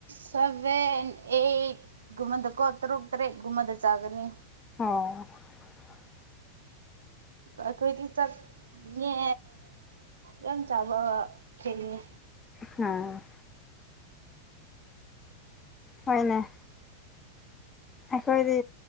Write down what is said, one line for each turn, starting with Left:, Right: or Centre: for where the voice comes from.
Right: ꯁꯚꯦꯟ ꯑꯩꯠ ꯒꯨꯝꯕꯟꯗ ꯀꯣ ꯇꯔꯨꯛ ꯇꯔꯦꯠ ꯨꯝꯕꯟꯗ ꯆꯥꯒꯅꯤ
Left: <unintelligible>
Right: ꯑꯩꯈꯣꯏꯗꯤ ꯆꯥꯛ <unintelligible> ꯃꯤꯅꯦ ꯌꯥꯝ ꯆꯥꯕ ꯆꯤꯡꯉꯤ
Left: ꯍꯥꯝ ꯍꯣꯏꯅꯩ ꯑꯩꯈꯣꯏꯗꯤ